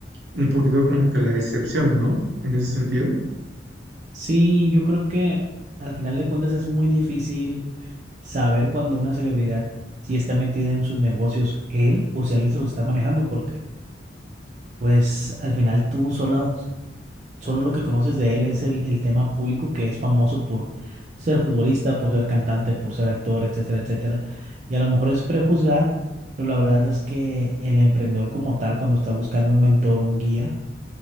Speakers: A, on the right; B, on the right.
A: un poquito como que la excepción, ¿no? En ese sentido.
B: Sí, yo creo que al final de cuentas es muy difícil saber cuando una celebridad si está metida en sus negocios él o si alguien se lo está manejando porque... Pues al final tú solo, solo lo que conoces de él es el, el tema público que es famoso por ser futbolista, por ser cantante, por ser actor, etcétera, etcétera. Y a lo mejor es prejuzgar, pero la verdad es que el emprendedor como tal, cuando está buscando un mentor, o un guía,